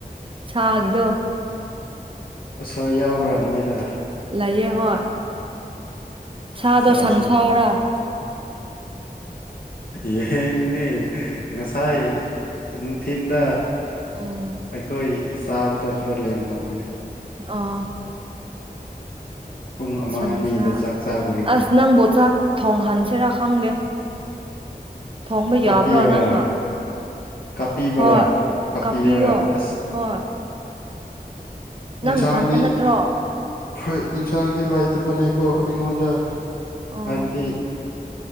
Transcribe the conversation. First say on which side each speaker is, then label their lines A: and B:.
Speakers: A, on the right; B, on the left.
A: ꯁꯥꯒꯤꯗꯣ
B: ꯎꯁꯣꯏ ꯌꯥꯎꯕ꯭ꯔꯥ ꯅꯣꯏꯗ
A: ꯂꯩꯌꯦ ꯍꯣꯏ ꯁꯥꯗꯣ
B: ꯆꯥꯁꯦ
A: ꯁꯟꯁꯥꯔꯥ
B: ꯌꯦꯟꯅꯦ ꯉꯁꯥꯏ ꯅꯨꯡꯊꯤꯟꯗ
A: ꯎꯝ
B: ꯑꯩꯈꯣꯏ ꯆꯥꯕꯗꯣ ꯈꯔ ꯂꯦꯝꯍꯧꯕꯅꯦ
A: ꯑꯣ
B: ꯄꯨꯡ ꯑꯃ
A: ꯁꯟꯁꯥ
B: ꯑꯅꯤꯗ ꯆꯥꯛ ꯆꯥꯕꯒꯤꯅ
A: ꯑꯁ ꯅꯪꯕꯨ ꯆꯥꯛ ꯊꯣꯡꯍꯟꯁꯤꯔꯥ ꯈꯪꯗꯦ ꯊꯣꯡꯕ ꯌꯥꯕ꯭ꯔꯣ
B: ꯀꯥꯞꯄꯤꯌꯣꯔꯥ
A: ꯅꯪꯅ
B: ꯀꯥꯞꯄꯤꯕꯔꯥ
A: ꯍꯣꯏ
B: ꯀꯥꯞꯄꯤꯌꯣꯔꯥ
A: ꯀꯥꯞꯄꯤꯌꯣ
B: ꯑꯁ
A: ꯍꯣꯏ
B: ꯌꯦꯟꯁꯥꯡꯗꯤ
A: ꯅꯪꯅ ꯅꯊꯟꯗ ꯅꯠꯇ꯭ꯔꯣ
B: ꯍꯣꯏ ꯏꯟꯁꯥꯡꯗꯤ ꯂꯥꯏꯇꯕꯅꯦꯀꯣ ꯑꯩꯉꯣꯟꯗ
A: ꯑꯣ
B: ꯍꯥꯏꯕꯗꯤ